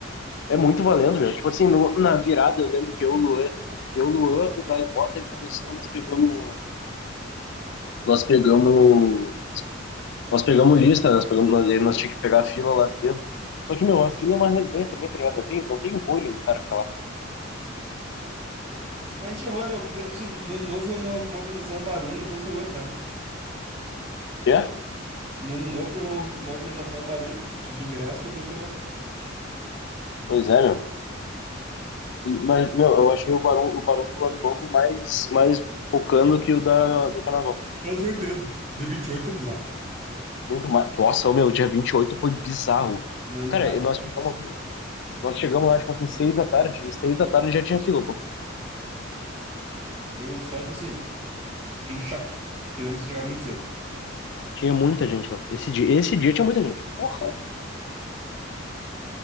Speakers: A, on the left; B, on the right.
A: É muito valendo, meu. Tipo assim, no- na virada, eu lembro que eu, o Luan, eu, o Luan, o Gaivota e o Cabeção, nós pegamos. Nós pegamos. Nós pegamos lista, né? nós pegamos, nós, nós tínhamos que pegar a fila lá cedo. Só que, meu, a fila é uma resenha também, tá ligado? Não tem, não tem ruim o cara ficar lá.
B: Mas a gente errou, né, meu? Porque assim, no ano novo foi uma movimentação Barum, depois foi outra, né?
A: Quer?
B: No ano novo foi uma movi- movimentação Barum, tipo de ingresso, depois foi outra.
A: Pois é, meu. E- Mas, meu, eu achei o Barão, o Barão do Ano Novo mais, mais focando que o da, do Carnaval.
B: Com certeza. Dia 28 foi bizarro.
A: Muito mais. Nossa, meu, dia 28 foi bizarro.
B: Não lembro
A: Cara,
B: de nada,
A: nós
B: mas.
A: ficamos. Nós chegamos lá, tipo assim, seis da tarde, e seis da tarde já tinha fila, pô.
B: Eu só, tipo assim, fiquei em choque. Que eu lembro que vocês chegaram muito cedo.
A: Tinha muita gente lá. Esse dia, esse dia tinha muita gente. Porra!